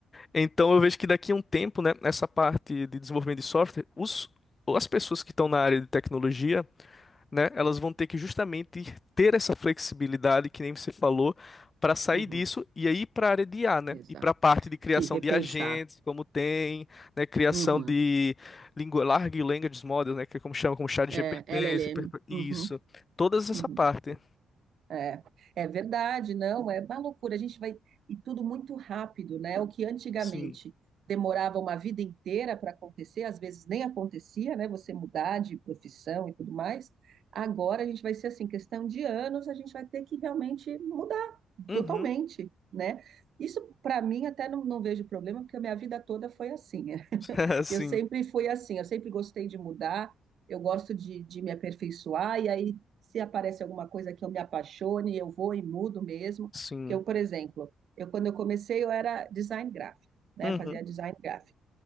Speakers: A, on the left; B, on the right.
A: Então eu vejo que daqui a um tempo, né, essa parte de desenvolvimento de software, os, as pessoas que estão na área de tecnologia, né, elas vão ter que justamente ter essa flexibilidade que nem você falou para sair
B: Uhum,
A: disso e aí para a área de IA, né?
B: exato.
A: E para a parte de criação
B: Se repensar.
A: de agentes, como tem, né, criação
B: Uhum.
A: de lingu large language models, né, que é como chama, como ChatGPT,
B: É, LLM.
A: esse per- isso,
B: Uhum.
A: todas essa
B: Uhum.
A: parte.
B: É, é verdade, não, é uma loucura. A gente vai. E tudo muito rápido, né? O que antigamente
A: Sim.
B: demorava uma vida inteira para acontecer, às vezes nem acontecia, né? Você mudar de profissão e tudo mais. Agora a gente vai ser assim, questão de anos, a gente vai ter que realmente mudar
A: Uhum.
B: totalmente, né? Isso, para mim, até não, não vejo problema, porque a minha vida toda foi assim.
A: <laughs> Sim.
B: Eu sempre fui assim, eu sempre gostei de mudar, eu gosto de, de me aperfeiçoar, e aí, se aparece alguma coisa que eu me apaixone, eu vou e mudo mesmo.
A: Sim.
B: Porque eu, por exemplo, eu quando eu comecei, eu era design gráfico, né?
A: Uhum.
B: Fazia design gráfico.